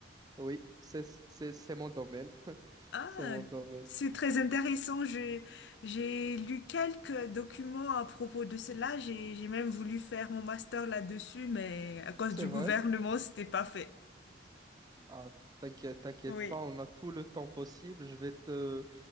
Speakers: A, on the right; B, on the left.
A: Oui, c'est, c'est, c'est mon domaine. <laughs>
B: Ah,
A: C'est mon domaine.
B: c'est très intéressant. Je- j'ai lu quelques documents à propos de cela. J'ai, j'ai même voulu faire mon master là-dessus, mais à cause
A: C'est
B: du
A: vrai?
B: gouvernement, c'était pas fait.
A: Ah, t'inquiète, t'inquiète
B: Oui.
A: pas, on a tout le temps possible. Je vais te,